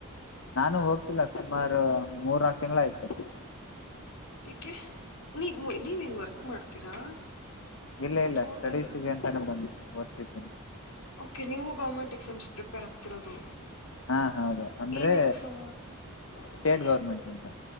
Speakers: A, on the left (about 65°); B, on the left (about 90°).
A: ನಾನು ಹೋಗಿ <unintelligible> ಸುಮಾರು ಮೂರ ತಿಂಾಯಚ <unintelligible>
B: ಏಕೆ ನೀವ ನೀವೇನ್ ವರ್ಕ್ ಮಾಡ್ತೀರಾ
A: ಇಲ್ಲ
B: ಅಥವಾ
A: ಇಲ್ಲ
B: ಓದ್ತಾ
A: ಸ್ಟಡೀಸ್ಗೆ
B: ಇರೋದ
A: ಅಂತಾನೆ ಬಂದಿ ಗ ತನೆ
B: ಓಕೆ ನೀವು ಗೌರ್ಮೆಂಟ್ ಎಕ್ಸಾಮ್ಸ್ ಪ್ರಿಪೇರ್ ಆಗ್ತಿರೋದು
A: ಹಾ ಹೌದು ಅಂದ್ರೆ
B: ಏನು ಎಸ
A: ಸ್ಟೇಟ್
B: <unintelligible>
A: ಗೌರ್ಮೆಂಟ್ ಇಂದ